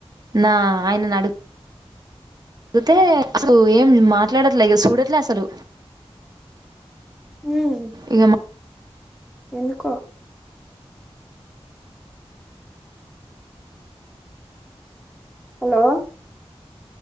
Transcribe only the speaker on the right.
నా ఆయనన్ అడు తే అసలు ఏం మాట్లాడట్లే ఇగ చూడట్లే అసలు
ఇగమ్